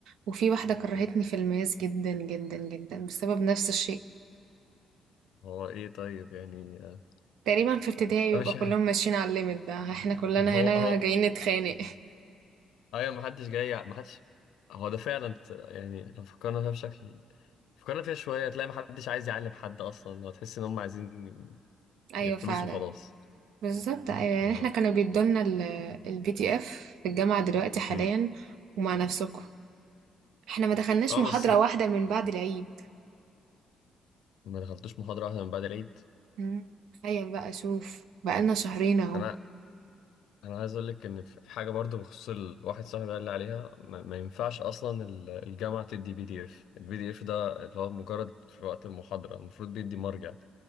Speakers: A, on the right (about 80°); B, on the left (about 80°).
A: وفي واحدة كرهتني في الماس جدا جدا جدا بسبب نفس الشيء
B: هو ايه طيب يعني آه،
A: تقريبا في ابتدائي بيبقى
B: مش
A: كلهم ماشيين على الليميت ده احنا كلنا
B: ما هو
A: هنا
B: هو
A: جايين نتخانق <laughs>
B: ايوه ما حدش جاي ما حدش هو ده فعلا ت- يعني لو فكرنا فيها بشكل فكرنا فيها شوية تلاقي ما حدش عايز يعلم حد اصلا وتحس ان هم عايزين
A: ايوه
B: ي- الفلوس
A: فعلا
B: وخلاص
A: بالظبط ايوه يعني
B: اللي
A: احنا
B: هو،
A: كانوا بيدولنا البي دي اف في الجامعة دلوقتي حاليا
B: مم.
A: ومع نفسكم احنا ما دخلناش
B: اه
A: محاضرة
B: بس
A: واحدة من بعد العيد
B: ما دخلتوش محاضرة واحدة من بعد العيد
A: مم، تخيل بقى شوف بقالنا شهرين اهو
B: انا انا عايز اقول لك ان في في حاجه برضو بخصوص الواحد صاحبي قال لي عليها ما, ما ينفعش اصلا ال- الجامعه تدي بي دي اف البي دي اف ده اللي هو مجرد في وقت المحاضره المفروض بيدي مرجع